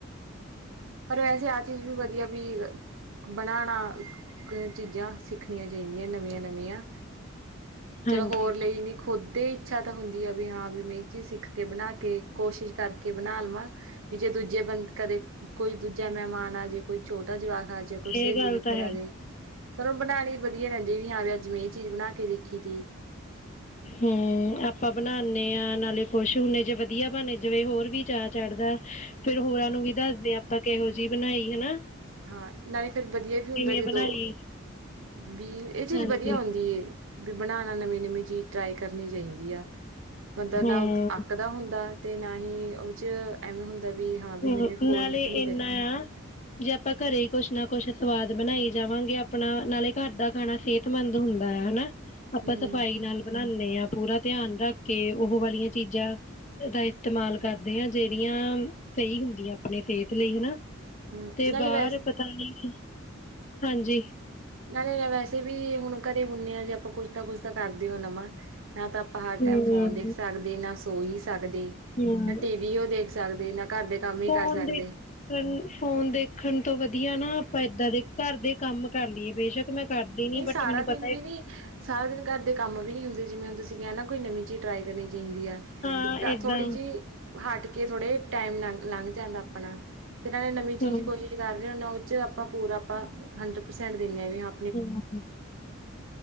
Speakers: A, on the right; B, on the left.
A: ਪਰ ਵੈਸੇ ਆਹ ਚੀਜ਼ ਵੀ ਵਧੀਆ ਵੀ ਬਨਾਣਾ ਚੀਜ਼ਾਂ ਸਿੱਖਣੀਆਂ ਚਾਹੀਦੀਆਂ ਨਵੀਆਂ-ਨਵੀਆਂ
B: ਹਾਂਜੀ
A: ਚਲੋ ਹੋਰ ਲਈ ਨੀ ਖੁਦ ਤੇ ਇੱਛਾ ਤਾਂ ਹੁੰਦੀ ਆ ਵੀ ਹਾਂ ਵੀ ਮੈਂ ਏਹ ਚੀਜ਼ ਸਿੱਖ ਕੇ ਬਣਾ ਕੇ ਕੋਸ਼ਿਸ਼ ਕਰਕੇ ਬਣਾ ਲਵਾਂ। ਵੀ ਜੇ ਦੂਜੇ ਬੰਦ ਕਰੇ ਕੋਈ ਦੂਜਾ ਮੇਹਮਾਨ ਆ ਜੇ, ਕੋਈ ਛੋਟਾ ਜਵਾਕ ਆ ਜੇ, ਕੋਈ
B: ਇਹ
A: ਸੇਲੀ
B: ਗੱਲ
A: ਮਿੱਤਰ
B: ਤਾਂ
A: ਆ
B: ਹੈ
A: ਜੇ। ਪਰ ਉਹ ਬਣਾਨੀ ਵਧੀਆ ਰੇਹੰਦੀ ਵੀ ਹਾਂ ਵੀ ਅੱਜ ਮੈਂ ਏਹ ਚੀਜ਼ ਬਣਾ ਕੇ ਦੇਖੀ ਤੀ।
B: ਹਮ ਆਪਾਂ ਬਣਾਨੇ ਆਂ, ਨਾਲੇ ਖੁਸ਼ ਹੁੰਨੇ ਜੇ ਵਧੀਆ ਬਣੇ ਜਿਵੇਂ ਹੋਰ ਵੀ ਚਾਅ ਚੜ੍ਹਦਾ। ਫਿਰ ਹੋਰਾਂ ਨੂੰ ਵੀ ਦੱਸਦੇ ਆਪਾਂ ਕੇਹੋ ਜਿਹੀ ਬਣਾਈ ਹਨਾ?
A: ਹਾਂ ਨਾਲੇ ਫਿਰ ਵਧੀਆ ਵੀ ਹੁੰਦਾ
B: ਕਿਵੇਂ
A: ਜਿਦੋਂ
B: ਬਣਾਈ
A: ਬੀ ਏਹ ਚੀਜ਼
B: ਹਾਂਜੀ
A: ਵਧੀਆ ਹੁੰਦੀ ਏ। ਬੀ ਬਣਾਨਾ ਨਵੀਂ-ਨਵੀਂ ਚੀਜ਼ ਟਰਾਏ ਕਰਨੀ ਚਾਈਦੀ ਆ। ਬੰਦਾ
B: ਹੂੰ
A: ਨਾਓਥ ਆਕ ਦਾ ਹੁੰਦਾ ਏ, ਤੇ ਨਾ ਹੀ ਉਹ ਚ ਐਵੇਂ ਹੁੰਦਾ ਵੀ ਹਾਂ ਵੀ
B: ਹਮ
A: ਮੈਨੇ ਕੋਸ਼ਿਸ਼
B: ਨਾਲੇ
A: ਨਹੀਂ
B: ਏਨਾ
A: ਕਰੀ
B: ਆ ਜੇ ਆਪਾਂ ਕਰੇ ਈ ਕੁਛ ਨਾ ਕੁਛ ਸਵਾਦ ਬਣਾਈ ਜਾਵਾਂਗੇ ਅਪਣਾ ਨਾਲੇ ਕਾਰ ਦਾ ਖਾਣਾ ਸੇ ਤਮੰਦ ਹੁੰਦਾ ਹੈ ਹਨਾ? ਆਪਾਂ
A: ਹੂੰ
B: ਸਫ਼ਾਈ ਨਾਲ ਬਣਾਨੇ ਆਂ, ਪੂਰਾ ਤੇਆਨ ਰਾਖ ਕੇ ਉਹ ਵਾਲੀਆਂ ਚੀਜ਼ਾਂ ਦਾ ਇਸਤੇਮਾਲ ਕਰਦੇ ਆਂ ਜੇਹੜੀਆਂ ਸਈ ਹੁੰਦੀਆਂ ਅਪਣੇ ਫੇਥ ਲਈ ਹਨਾ?
A: ਹੂੰ
B: ਤੇ
A: ਨਾਲੇ
B: ਬਾਹਰ
A: ਵੈਸੇ
B: ਪਤਾ ਨਹੀਂ, ਹਾਂਜੀ।
A: ਨਾਲੇ ਏਹ ਵੈਸੇ ਵੀ ਹੁਣ ਕਰੇ ਹੁੰਣੇ ਆਂ ਜੇ ਆਪਾਂ ਕੁਛ ਨਾ ਕੁਛ ਤਾਂ ਕਰਦੇ ਹੋ ਨਵਾਂ, ਨਾ ਤਾਂ ਹਾਰ
B: ਹੂੰ,
A: ਟੈਮ ਫ਼ੋਨ ਦੇਖ ਸਕਦੇ ਨਾ ਸੋ ਈ ਸਕਦੇ।
B: ਹੂੰ
A: ਨਾ ਟੀ ਵੀ ਉਹ ਦੇਖ ਸਕਦੇ, ਨਾ ਕਾਰ ਦੇ ਕੰਮ ਹੀ
B: ਫੋਨ
A: ਕਰ ਸਕਦੇ।
B: ਦੇ <unintelligible> ਫੋਨ ਦੇਖਣ ਤੋਂ ਵਧੀਆ ਨਾ ਆਪਾਂ ਏਦਾਂ ਦੇ ਕਾਰ ਦੇ ਕੰਮ ਕਰ ਲਈਏ ਬੇਸ਼ੱਕ ਮੈਂ ਕਰਦੀ ਨੀ,
A: ਨਹੀਂ
B: ਬਟ
A: ਸਾਰਾ
B: ਮੈਨੂੰ
A: ਦਿਨ
B: ਪਤਾ
A: ਵੀ
B: ਏ
A: ਨੀ ਸਾਰਾ ਦਿਨ ਕਾਰ ਦੇ ਕੰਮ ਵੀ ਨਹੀਂ ਹੁੰਦੇ, ਜਿਵੇਂ ਹੁਣ ਤੁਸੀਂ ਕੇਹਾ ਨਾ ਕੋਈ ਨਵੀਂ ਚੀਜ਼ ਟਰਾਈ ਕਰਨੀ ਚਾਹੀਦੀ ਆ।
B: ਹਾਂ
A: ਇੱਕ ਤਾਂ
B: ਏਦਾਂ
A: ਥੋੜ੍ਹੀ ਜਿਹ ਹਾਟ ਕੇ ਥੋੜੇ ਟਾਈਮ ਲੰ ਲੰਘ ਜਾਂਦਾ ਅਪਣਾ। ਤੇ ਨਾਲੇ ਨਵੀਂ ਚੀਜ਼
B: ਹੂੰ,
A: ਕੋਸ਼ਿਸ਼ ਕਰ ਰਏ ਹੁਣੇ ਆ, ਉਹ ਚ ਆਪਾਂ ਪੂਰਾ ਆਪਾਂ ਹੰਡਰਡ ਪਰਸੈਂਟ ਦਿੰਨੇ ਆਂ ਵੀ ਹਾ
B: ਹਮ